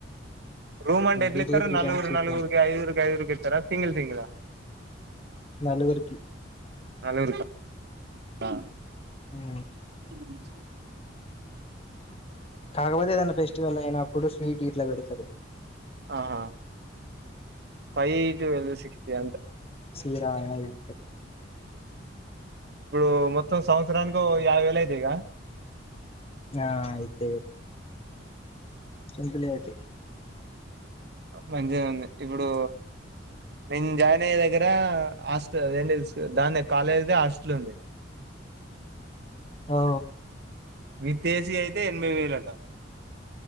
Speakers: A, on the right; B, on the left.
A: room and ఎడ్లి
B: weekly
A: ఇతారు
B: త్రీ
A: నల్గురు
B: టైమ్స్ చికెన్
A: నల్గుర్కి ఐదుర్కి ఐదుర్కి ఇతార సింగల్ సింగల్
B: నలగురుకి
A: నలుగురు కా ఆ
B: ఉ
A: అంచి
B: కాకపోతే ఏదైనా ఫెస్టివల్ అయిన అప్పుడు స్వీట్ ఇట్లా పెడతారు
A: ఆహా ఫైవ్ ట్వల్వ్ సిక్స్టీ అంతే
B: తీ రాయన ఇతే
A: ఇప్పుడు మొత్తం సంవత్సరన్గ యావ వెల యితే ఈగ
B: ఆ అయితై సింపుల్ అయితై
A: మంచిగానే ఉంది ఇప్పుడు నేను జాయిన్ అయ్యే దగ్గర హాస్టల్ంటి దాని కాలేజ్ దే హాస్టల్ ఉంది
B: ఓ
A: విత్సి ఏసీ అయితే ఎనభై వేలుట